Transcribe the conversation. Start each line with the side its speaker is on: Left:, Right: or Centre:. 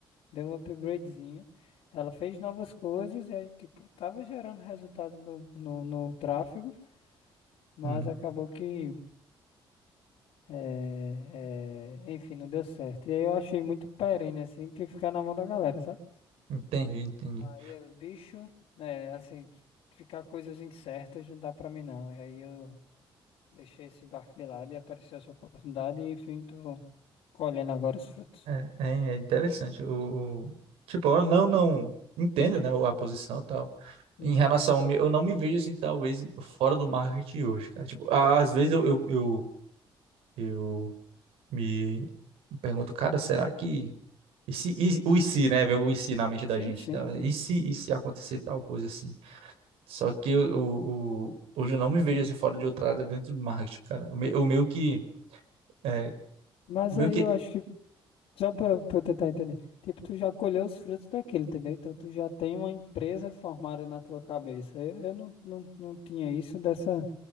Left: Deu um upgradezinho. Ela fez novas coisas e aí, tipo, tava gerando resultado no, no, no tráfego, mas
Right: Uhum.
Left: acabou que, eh, eh, enfim, não deu certo. E aí eu achei muito perene, assim, que ficar na mão da galera, sabe?
Right: Entendi, entendi.
Left: Aí eu, bicho, é assim, ficar coisas incertas não dá pra mim não. E aí eu deixei esse barco de lado e apareceu essa oportunidade e enfim, tô colhendo agora os frutos.
Right: É, é, é interessante. O, o- tipo, eu não, não entendo, né, a posição e tal.
Left: Uhum.
Right: Em relação, ao me- eu não me vejo assim, talvez, fora do marketing hoje, cara. Tipo, a- às vezes eu, eu, eu, eu me pergunto, cara, será que E se, e- o e se, né? Vem o e se na mente da
Left: Sim,
Right: gente.
Left: sim,
Right: tá?
Left: sim.
Right: E se, e se acontecer tal coisa assim? Só que eu, o, o- hoje eu não me vejo assim fora de outra área dentro do marketing, cara. O, me, o meu que. É,
Left: Mas
Right: o meu
Left: aí
Right: que.
Left: eu acho que, só pra, pra eu tentar entender, tipo, tu já colheu os frutos daquilo, entendeu? Então tu já tem uma empresa formada na tua cabeça. Eu, eu não, não, não tinha isso dessa